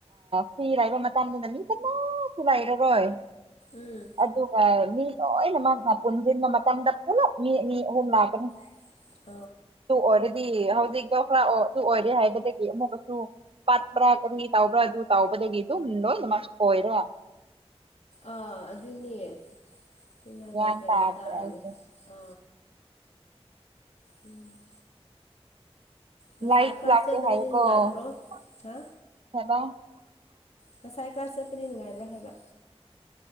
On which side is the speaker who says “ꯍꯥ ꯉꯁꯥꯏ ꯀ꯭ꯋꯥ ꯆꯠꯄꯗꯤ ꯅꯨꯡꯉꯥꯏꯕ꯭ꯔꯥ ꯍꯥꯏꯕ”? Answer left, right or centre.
Left